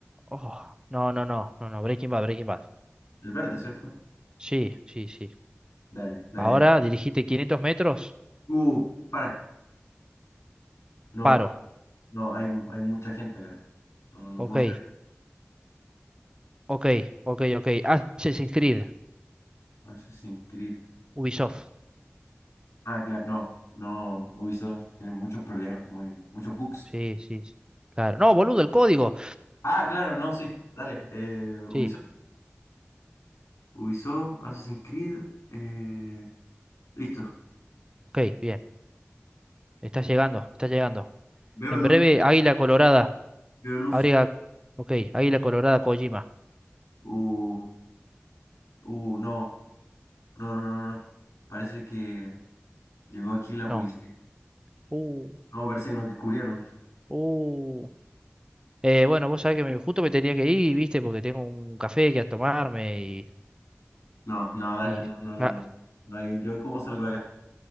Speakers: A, on the right (about 20°); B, on the left (about 85°).
A: Oh, no, no, no, no, no, Breaking Bad, Breaking Bad.
B: El verde, ¿cierto?
A: Sí, sí, sí.
B: Dale, dale,
A: Ahora
B: dale.
A: dirigite 500 metros,
B: Uh, para. No.
A: paro.
B: No, hay, hay mucha gente acá. No, no
A: Ok,
B: puedo ser
A: ok, ok, ok. Assassin's Creed,
B: Assassin's Creed.
A: Ubisoft.
B: Ah, claro, no, no, Ubisoft tiene muchos problemas, muy, muchos bugs.
A: Sí, sí, sí. Claro. No, boludo, el código.
B: Ah, claro, no, sí, dale. eh,
A: Sí,
B: Ubisoft, Ubisoft, Assassin's Creed, eh, listo.
A: ok, bien. Está llegando, está llegando.
B: Veo
A: En
B: luz,
A: breve, Águila Colorada.
B: veo luz.
A: Abriga. Ok, Águila Colorada Kojima.
B: Uh, uh, no, no, no, no, no. Parece que llegó aquí la policía.
A: No. Uh,
B: No, parece que nos descubrieron.
A: uh. Eh, bueno, vos sabés que me- justo me tenía que ir, viste, porque tengo un café que a tomarme y.
B: No, no, dale,
A: y
B: no, no, no.
A: ah,
B: No, No, yo, ¿cómo salgo de acá?